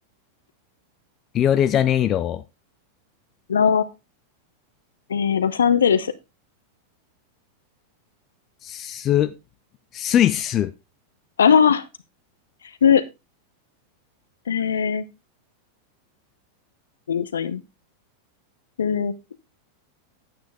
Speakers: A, on the left (about 30°); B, on the left (about 65°).
A: リオデジャネイロ、
B: ロー、えー、ロサンゼルス。
A: ス、スイス。
B: ああ、す、えー、いい、そういうの。ー。